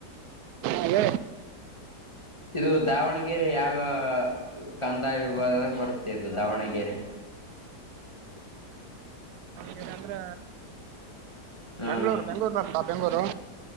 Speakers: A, on the right; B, on the left.
A: ಅದ
B: ಇದು ದಾವಣಗೆರೆ ಯಾವ ಕಂದಾಯ ವಿಭಾಗಾ ಬರುತ್ತೆ ಇದು ದಾವಣಗೆರೆ
A: ಏನಂದ್ರ
B: ಹ್ಮ್
A: ಬೆಂಗಳೂರು ಬೆಂಗಳೂರ್ ಬೆಂಗಳೂರು